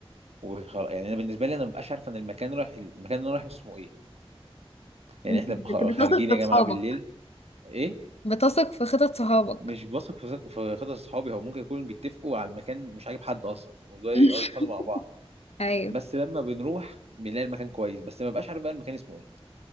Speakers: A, on the right; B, on the left.
A: وخلاص يعني انا بالنسبه لي انا ما ببقاش عارف انا المكان رايح المكان اللي انا رايح اسمه ايه يعني
B: انت
A: احنا بخ-
B: بت- بتثق
A: خارجين يا
B: في
A: جماعه
B: صحابك
A: بالليل ايه
B: بتثق في خطط صحابك
A: مش بثق في ثق- في خطط اصحابي هو ممكن يكونوا بيتفقوا على المكان مش عاجب حد اصلا وده
B: <laughs>
A: يقعدوا يتخانقوا مع بعض
B: أيوه
A: بس لما بنروح بنلاقي المكان كويس بس ما ببقاش عارف بقى المكان اسمه ايه